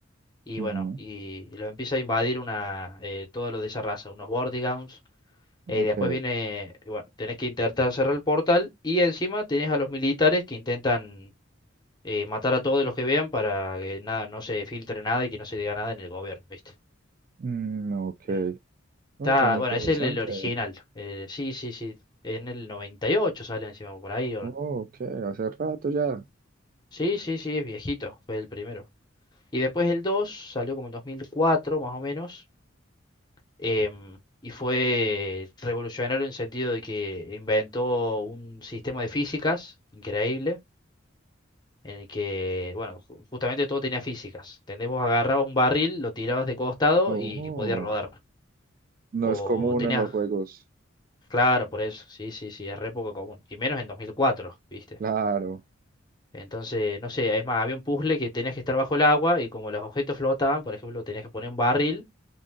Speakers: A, on the left; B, on the right.
A: Y
B: ujú,
A: bueno, y lo empieza a invadir una, eh, todo lo de esa raza, unos Vortigaunts. eh,
B: ok,
A: después viene, y bueno, tenés que intentar cerrar el portal y encima tenés a los militares que intentan eh, matar a todos los que vean para que nada, no se filtre nada y que no se diga nada en el gobierno, ¿viste?
B: mm, ok.
A: Eh, Está,
B: Oh, suena
A: bueno,
B: interesante.
A: ese es el, el original. eh, sí, sí, sí. En el 98 sale encima por ahí. o-
B: Oh, ok, hace rato ya.
A: Sí, sí, sí, es viejito. Fue el primero. Y después el 2 salió como en 2004, más o menos, em, y fue revolucionario en el sentido de que inventó un sistema de físicas increíble, en el que, bueno, ju- justamente todo tenía físicas. ¿Entendés? Vos agarrabas un barril, lo tirabas de costado
B: Oh,
A: y podía rodar.
B: no
A: O
B: es común
A: tenías,
B: en los juegos.
A: claro, por eso, sí, sí, sí, es re poco común. Y menos en 2004, ¿viste?
B: Claro,
A: Entonces, no sé, es más, había un puzzle que tenías que estar bajo el agua y como los objetos flotaban, por ejemplo, tenías que poner un barril